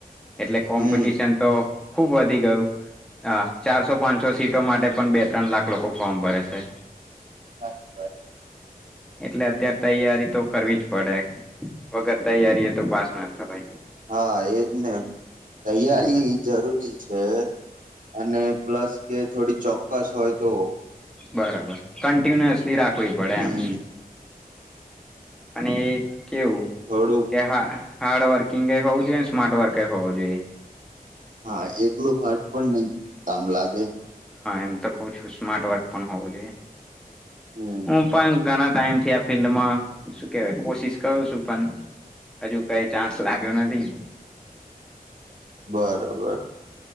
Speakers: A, in the centre; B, on the right.
A: એટલે કોમ્પિટિશન
B: હમ
A: તો ખુબ વધી ગયું હા ચારસો પાંચસો સીટ માટે પણ બે ત્રણ લાખ લોકો ફોર્મ ભરે છે
B: સાચી વાત
A: એટલે અત્યાર તૈયારી તો કરવી જ પડે. વગર તૈયારી એ તો પાસ ના થવાય.
B: હા એજ ને. તૈયારી જરૂરી છે અને પ્લસ કે થોડી ચોક્કસ હોય તો.
A: બરાબર કન્ટિન્યુઅસલી રાખ કોય પડે
B: હમ
A: આમ. અને અ કેવું
B: થોડુંક
A: કે હા હાર્ડ વર્કિંગ એ હોવું જોઈએ ને સ્માર્ટ વર્ક એ હોવું જોઈએ.
B: હા એકલું હાર્ડ પણ નય કામ લાગે.
A: હું તો કઉ છું સ્માર્ટ વર્ક પણ હોવું જોઈએ
B: હમ
A: હું પણ ઘના ટાઈમથી આ ફિલ્ડમાં શું કેવાય કોશિશ કરું છું પણ હજુ કઈ ચાન્સ લાગ્યો નથી
B: બરોબર.